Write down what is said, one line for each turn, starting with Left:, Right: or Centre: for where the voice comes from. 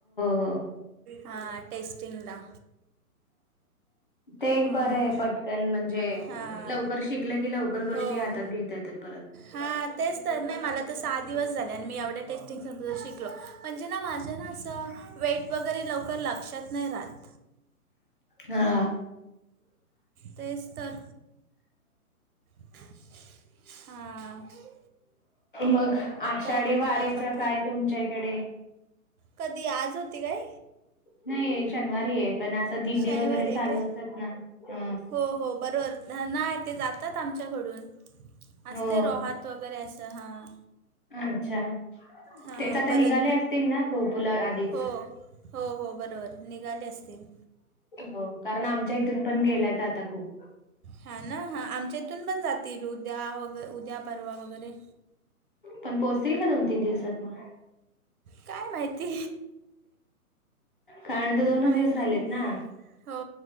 Left: हो
Right: हा टेस्टिंगला.
Left: ते एक
Right: हा.
Left: बरं आहे पटकन म्हणजे
Right: हा.
Left: लवकर शिकलं की लवकर गोष्टी
Right: हो.
Left: हातात घेता येतात परत.
Right: हा तेच तर ना. मला तर सहा दिवस झाले आणि मी एवढ्या टेस्टिंग समजा शिकलो. म्हणजे ना? माझं ना असं वेट वगैरे लवकर लक्षात नाही राहत.
Left: हा.
Right: तेच तर. हा.
Left: मग आषाढी
Right: बोलता
Left: वारीचं
Right: बाकी
Left: काय तुमच्याकडे?
Right: कधी आज होती काय?
Left: नाही शनिवारी ये. पण असं दिंडी
Right: शनिवारी
Left: वगैरे
Right: आहे
Left: चालू
Right: काय
Left: असत ना. अ.
Right: हो. हो. बरोबर. नाय. ते जातात आमच्याकडून असते
Left: हो
Right: रोहात वगैरे असं हां.
Left: अच्छा.
Right: हां
Left: तेच आता
Right: परत
Left: निघाले असतील ना खूपला आधीच.
Right: हो हो हो. बरोबर निघाले असतील.
Left: हो. कारण आमच्या इथून पण गेल्यायत आता खूप.
Right: हा ना? हा. आमच्या इथून पण जातील उद्या वगर उद्या परवा वगैरे.
Left: पण पोहोचतील का दोन तीन दिवसात मग?
Right: काय माहिती
Left: कारण तर दोनच
Right: माहिती
Left: दिवस राहिलेत
Right: नाय.
Left: ना
Right: हो.